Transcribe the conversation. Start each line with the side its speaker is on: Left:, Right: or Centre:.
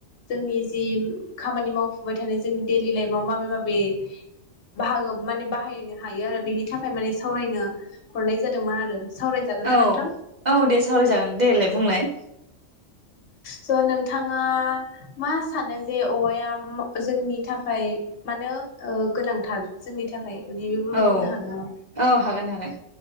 Left: जोंनि जि खामानि मावफुबाय थानाय जोंनि देलि लाइफआव माबे माबे बाहागो माने बाहायनो हायो आरो बेनि थाखाय माने सावरायनो हरनाय जादोंमोन आरो। सावरायजागोन ना
Right: औ-औ
Left: नोंथां
Right: दे सावराय जागोन देलाय बुंलाय।
Left: स नोंथाङा मा सानो जे औवाया जोंनि थाखाय मानो ओ गोनांथार जोंनि थाखाय माने बेफोरखौ
Right: औ-औ
Left: बुंनो हागोन नामा?
Right: हागोन हागोन